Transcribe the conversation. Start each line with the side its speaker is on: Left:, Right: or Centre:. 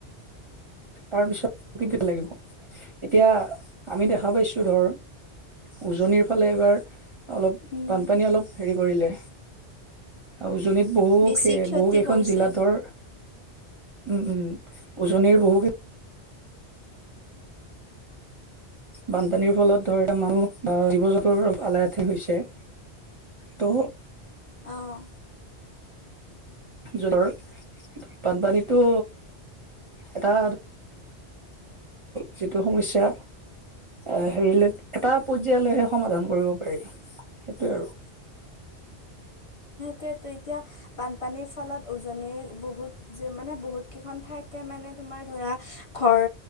Right: তাৰপিছত প্ৰকৃতিত লাগিব এতিয়া আমি দেখা পাইছো ধৰ উজনিৰ ফালে এবাৰ অলপ
Left: উম,
Right: বানপানী অলপ হেৰি কৰিলে উজনিত বহু
Left: বেছি ক্ষতি
Right: বহু কেইখন
Left: কৰিছে।
Right: জিলাতৰ উম উ উজনিৰ বহু বানপানীৰ ফলত ধৰ মানুহ বা জীৱ জন্তুৰ আলাহঠে হৈছে। তো
Left: অ'।
Right: জোলৰ বানপানীতো এটা যিটো সমস্যা এ হেৰিলৈ এটা পৰ্যায়লৈহে সমাধান কৰিব পাৰি সেইটোৱে আৰু।
Left: সেইটোৱো এতিয়া বানপানীৰ ফলত উজনিৰ বহুত যে মানে বহুত কেইখন ঠাইতে মানে তোমাৰ ধৰা ঘৰ